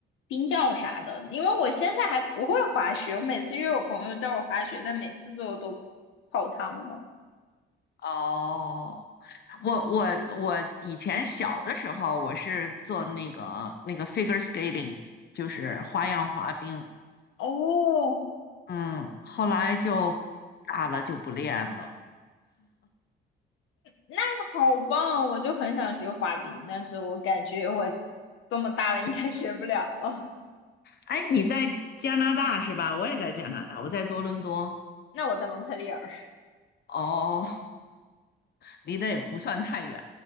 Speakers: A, on the left; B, on the left.
A: 冰钓啥的。因为我现在还不会滑雪，我每次约我朋友叫我滑雪，但每次都都泡汤了。
B: 哦，我我我以前小的时候我是做那个那个
A: 对，
B: figure skating，就是花样滑冰。
A: 哦，
B: 嗯，后来就大了就不练了。
A: 那好棒，我就很想学滑冰，但是我感觉我这么大了应该学不了了。
B: 哎，你在加拿大是吧？我也在加拿大，
A: 嗯，
B: 我在多伦多。
A: 那我在蒙特利尔，
B: 哦，离得也不算太远。